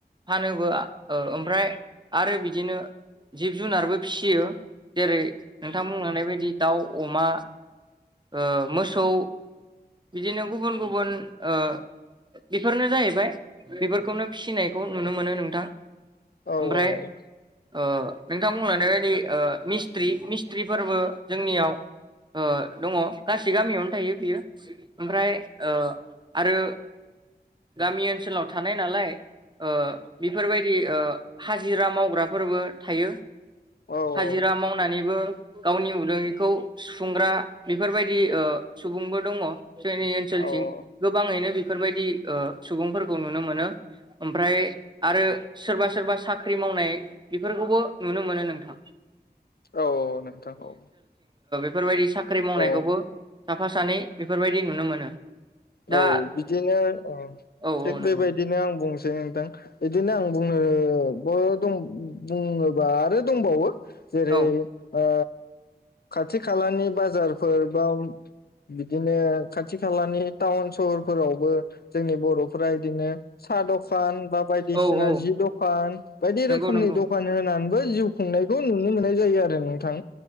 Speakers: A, on the right; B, on the left.
A: फानोबो ओ ओमफ्राय आरो बिदिनो जिब जुनारबो फिसियो। जेरै नोंथां बुंलांनाय बायदि दाउ अमा ओ मोसौ बिदिनो गुबुन गुबुन ओ बेफोरनो जाहैबाय बेफोरखौनो फिसिनायखौ नुनो मोनो नोंथां।
B: औ अ
A: ओमफ्राय
B: औ
A: ओ नोंथांमोन <unintelligible> ओ मिस्ट्रि मिस्ट्रिफोरबो जोंनियाव ओ दङ गासै गामियावनो थायो बियो। ओमफ्राय ओ आरो गामि ओनसोलाव थानाय नालाय ओ बेफोरबायदि ओ हाजिरा मावग्राफोरबो थायो।
B: औ
A: हाजिरा मावनानैबो गावनि उदैखौ सुफुंग्रा बेफोरबायदि ओ सुबुंबो दङ। जोंनि ओनसोलथिं
B: औ औ
A: गोबाङैनो बिब बेफोरबायदि ओ सुबुंफोरखौ नुनो मोनो ओमफ्राय आरो सोरबा सोरबा साख्रि मावनाय बेफोरखौबो नुनो मोनो नोंथां।
B: औ औ नोंथां औ।
A: फोर बायदिस साख्रि मावनायखौबो
B: औ
A: साफा सानै बेफोरबायदि नुनो मोनो। दा
B: औ बिदिनो ओ
A: ओ औ
B: थिग
A: औ नंगौ
B: बेबायदिनो आं बुंसै <unintelligible> नोंथां। बिदिनो आं बुंङो सबबो दं बुङोबा आरो दंबावो। जेरै
A: औ
B: ओ खाथिग खालानि बाजारफोर बा बिदिनो खाथि खालानि टाउन सहरफोरावबो जोंनि बर'फोरा इदिनो साहा दखान बा बायदिसिना
A: औ औ
B: जि दखान बायदि
A: नंगौ
B: रोखोमनि
A: नंगौ
B: दखान होनानैबो जिउ खुंनायखौ नुनो मोननाय जायो आरो नोंथां